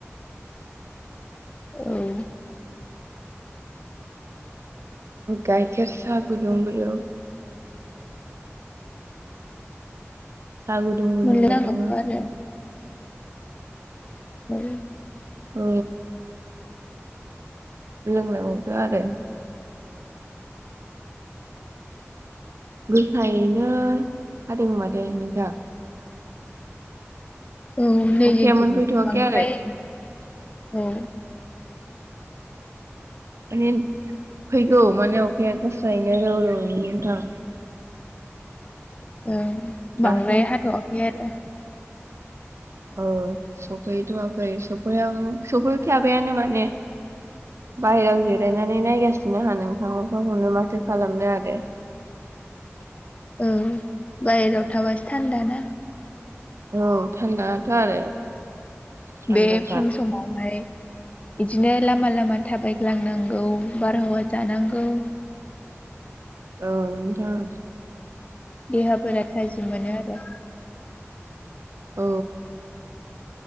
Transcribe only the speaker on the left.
औ।
मोनलों
नांगौथ' आरो औ।
औ नै
जोथिं
बांद्राय
औ। <unintelligible>
<unintelligible> औ
बांद्राय हाथ'वाखै आरो।
<unintelligible> उम बाहेराव थाबासो थान्दा ना।
बे फुं समावहाय बिदिनो लामा लामा थाबायग्लांनांगौ बार हावा जानांगौ।
देहाफोरा थाजिम मोनो आरो।